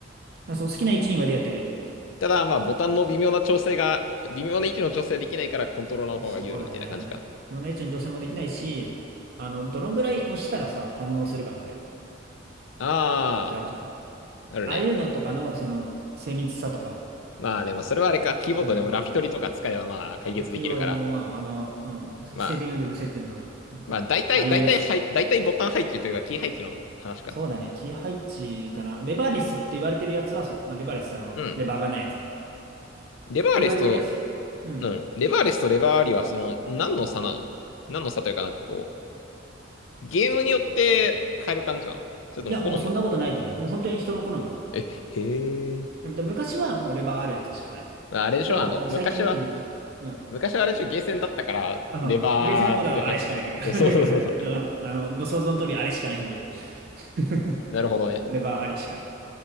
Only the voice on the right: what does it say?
あそう、好きな位置にまでやってれる。
そうだね。自分が一応女性もできないし、あの、どのぐらい押したらさ、反応するかみたいな、っ
てあるじゃん。ああいうのとかの、
その、精密さとか、
そういうところ。
そういうキーワードでも、まあ、あの、うん、
静電より無接点の、なんか、
ああいうやつとか。
そうだね、キー配置かな。レバーレスって言われてるやつはそう。あ、レバーレスってあの、
レバーがないやつね。って
言われてるやつと、うん。
いや、もうそんなことないと思う。もう本当に人の好み。
でも昔はもうレバーあるやつしかない。
でも、もう最近になって出てきたって。
うん。
あの、
ゲーセンはもうだあれしかない。<laughs> あの、あのご想像の通りあれしかないんで、<laughs>
レバーありしかない。